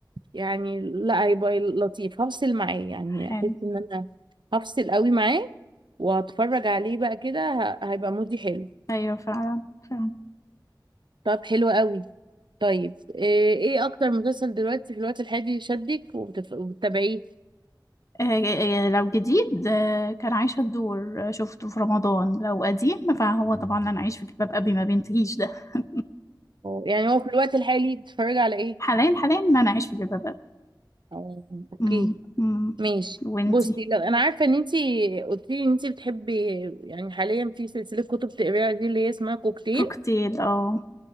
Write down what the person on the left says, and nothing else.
حلو
ايوه فعلا فعلا
آه، آه، لو جديد آه، كان عايشة الدور آه، شفته في رمضان لو قديم فهو طبعا لن أعيش في جلباب أبي ما بينتهيش ده <laughs>
حاليا حاليا لن أعيش في جلباب أبي
مم، مم.
وانتي
كوكتيل اه